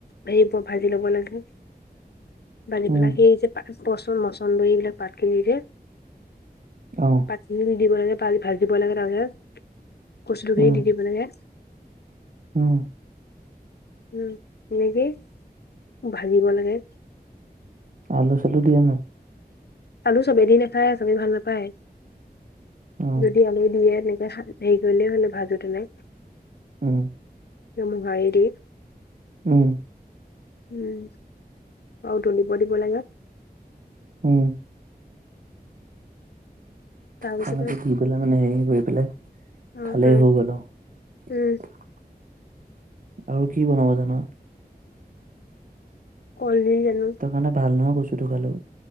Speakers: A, on the left (about 80°); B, on the right (about 55°).
A: হেৰি ভাজি লব লাগে, ভাজি
B: উম
A: পেলাই সেই যে পচন মচন্দৰি এইবিলাক পাতখিনি যে
B: অহ
A: পাতখিনিদি দি দিব লাগে, পাল ভাজিব লাগে, তাৰপিছত কচু খিনি
B: উম
A: দি দিব লাগে।
B: উম
A: উম, নিজেই ভাজিব লাগে।
B: আলু- চালু দিয়ে নাই?
A: আলু চবেদি দি নাখায়, চবে ভাল নাপায়,
B: অ
A: যদি আলু দিয়ে তেনেকে খায় হেৰি কৰিলেই হলে, ভাজাটো নাই।
B: উম
A: মোহাৰি দি
B: উম
A: ওম, আৰু উতলিব দিব লাগে।
B: উম
A: তাৰপিছতে
B: তেনেকে দি পেলাই মানে, হেৰি গৈ পেলাই
A: অ
B: খালেই
A: অ
B: হৈ গল আও।
A: উম
B: আৰু কি বনাব জান?
A: কলদিল জানোঁ।
B: মানে ভাল নহয় বস্তুটো খালেওঁ।